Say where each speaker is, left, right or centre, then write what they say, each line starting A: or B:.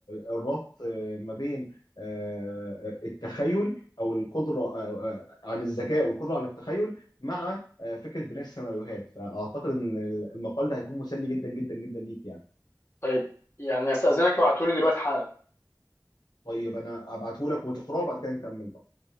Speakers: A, on the left; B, on the left.
A: الربط آه، ما بين آه، التخيل او القدره آه، آه، عن الذكاء والقدره على التخيل مع آه، فكره بناء السيناريوهات فاعتقد ان المقال ده هيكون مسلي جدا جدا جدا ليك يعني
B: طيب يعني استاذنك ابعتولي دلوقتي حالا
A: طيب انا ابعته لك وتقراه بعد كده نكمل بقى